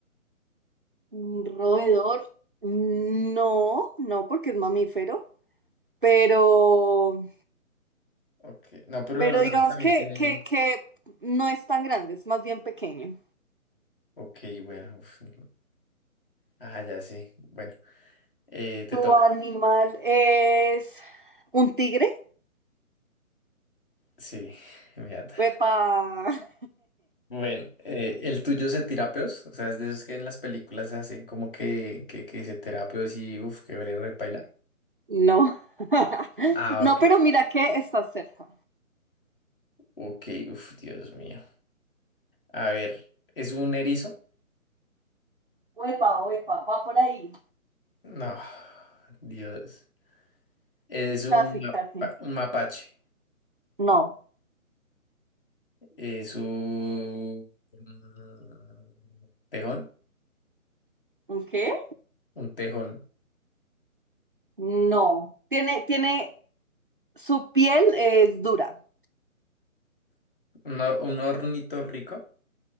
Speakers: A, on the right; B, on the left.
A: ¿Un roedor? No, no, porque es mamífero. pero,
B: Ok, no, pero
A: pero
B: los roedores
A: digamos
B: también
A: que,
B: tienen...
A: que, que no es tan grande, es más bien pequeño.
B: Ok, bueno. uf, no. Ah, ya sí. Bueno, eh, te
A: Tu
B: toca.
A: animal es un tigre.
B: Sí, <laughs> mierda.
A: Uepa. <laughs>
B: Bueno, eh, ¿el tuyo se tira peos? O sea, es de esos que en las películas hacen como que, que, que se tira peos y uff, que vale repaila.
A: No. <laughs>
B: Ah, ok.
A: No, pero mira que está cerca.
B: Ok, uff, Dios mío. A ver, ¿es un erizo?
A: Uepa, uepa, va por ahí.
B: No, Dios. Es un,
A: Casi,
B: mapa-
A: casi.
B: un mapache.
A: No.
B: Es un mm, tejón.
A: ¿Un qué?
B: Un tejón.
A: No. Tiene, tiene, su piel es dura.
B: Una- un ornitorrinco.